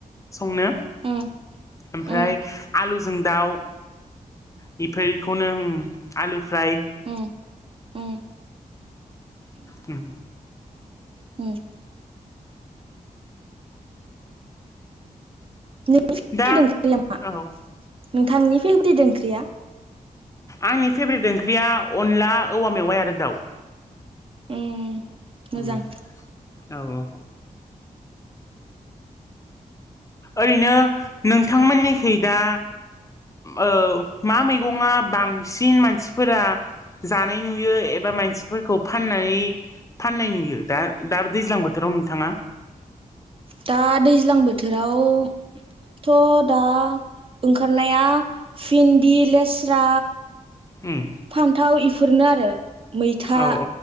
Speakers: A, on the left (about 20°); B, on the right (about 40°).
A: संनो
B: उम
A: ओमफ्राय
B: उम
A: आलुजों दाउ बेफोरफोरखौनो ओ आलु फ्राय।
B: उम उम उम
A: हो
B: उम नोंनि फेभरेट
A: दा
B: ओंख्रिया मा
A: औ
B: नोंथांनि फेब्रिट ओंख्रिया?
A: आंनि फेभ्रेट ओंख्रिया अनला औवा मेवाइ आरो दाउ।
B: उम मोजां।
A: उम औ औ ओरैनो नोंथांमोननिखै दा औ मा मैगंआ बांसिन मानसिफोरा जानाय नुयो एबा मानसिफोरखौ फाननानै फाननाय नुयो दा -दा दैज्लां बोथोराव नोंथाङा
B: दा दैज्लां बोथोराव थ' दा ओंखारनाया भिन्दि लेस्रा
A: उम
B: फान्थाव इफोरनो आरो। मैथा
A: औ